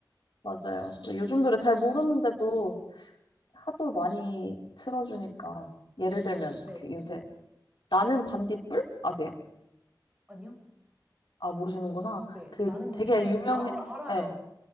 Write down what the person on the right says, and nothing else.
네,
네.
아니요?
네.
나는 반딧불?
아, 어, 알아요.